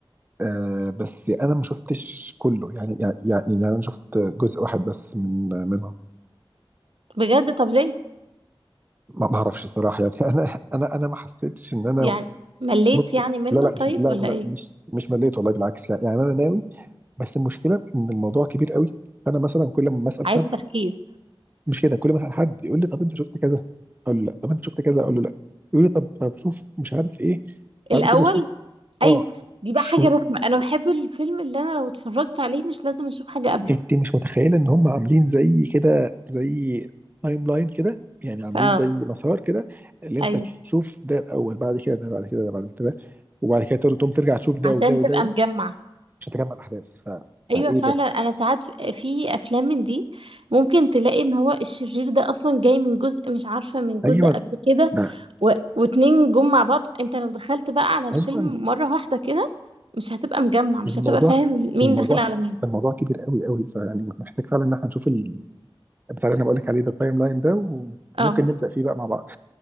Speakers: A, on the right; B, on the right.
A: آه بس انا ما شفتش كله يعني يعني يعني انا شفت جزء واحد بس من من
B: بجد طب ليه
A: ما بعرفش صراحة يعني <laughs> أنا أنا أنا ما حسيتش إن أنا
B: يعني مليت
A: ممكن
B: يعني منه
A: لا لا
B: طيب
A: مش- لا
B: ولا
A: لا
B: ايه
A: مش مش مليت والله بالعكس يعني يعني أنا ناوي بس المشكلة إن الموضوع كبير قوي فأنا مثلا كل ما أسأل
B: عايز
A: حد
B: تركيز
A: مش كده كل ما أسأل حد يقول لي طب أنت شفت كذا أقول له لا طب أنت شفت كذا أقول له لا يقول لي طب طب شوف مش عارف إيه بعد
B: الاول
A: كده شوف
B: ايوه
A: أه
B: دي بقى
A: شو
B: حاجة رخمة انا بحب الفيلم اللي انا لو اتفرجت عليه مش لازم اشوف حاجة قبله
A: انت مش متخيله ان هم عاملين زي كده زي تايم لاين كده يعني عاملين
B: اه
A: زي مسار كده اللي انت
B: ايوه
A: تشوف ده الاول بعد كده ده بعد كده ده بعد كده ده وبعد كده تقدر تقوم ترجع تشوف ده
B: عشان
A: وده وده
B: تبقى
A: وده
B: مجمع
A: مش هتجمع الاحداث ف...
B: ايوه
A: فايه
B: فعلا
A: ده
B: انا ساعات في في افلام من دي ممكن تلاقي ان هو الشرير ده اصلا جاي من جزء مش عارفه من جزء
A: ايوه
B: قبل كده
A: ده
B: و... واتنين جم مع بعض انت لو دخلت بقى على الفيلم
A: ايوه
B: مره واحده كده مش هتبقى مجمع مش
A: الموضوع
B: هتبقى فاهم مين
A: الموضوع
B: داخل على مين
A: الموضوع كبير قوي قوي فيعني محتاج فعلا ان احنا نشوف ال- بتاع اللي انا بقول لك عليه ده التايم لاين ده
B: اه
A: وممكن نبدا
B: <laughs>
A: فيه بقى مع بعض